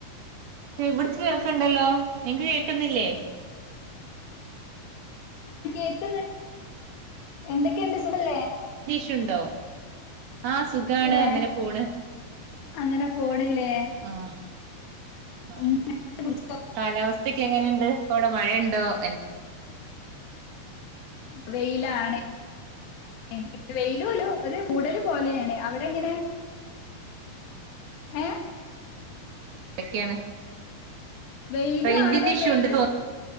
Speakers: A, on the right; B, on the left.
A: ക്ഷെ ഇവിട്ക്ക് കേൾക്കയിണ്ടല്ലോ നിങ്ങക്ക് കേക്കുന്നില്ലേ
B: കേക്ക്ന്ന് എന്തൊക്കെ ഇണ്ട് സുഖല്ലേ
A: നെറ്റ്ണ്ടോ ആഹ് സുഖാണ്
B: ഇടെ
A: അങ്ങനെ പോണ്
B: അങ്ങനെ പോണില്ലേ
A: ആഹ് ആ
B: ഉം കുടിച്ചോ
A: കാലാവസ്ഥയക്കെ എങ്ങനെയിണ്ട് ഇപ്പ അവിടെ മഴയയിണ്ടോ എ
B: ഇപ്പൊ വെയിലാണ് ഏ വെയിലുംയില്ല ഒരു മൂടല് പോലെയാണ് അവിടെ എങ്ങനെ ഏ
A: എന്തൊക്കെയാണ്
B: വെയിലും
A: റേഞ്ചിന്റെ
B: ആണ്
A: ഇഷ്യുകൊണ്ട്
B: വെയില്
A: തോ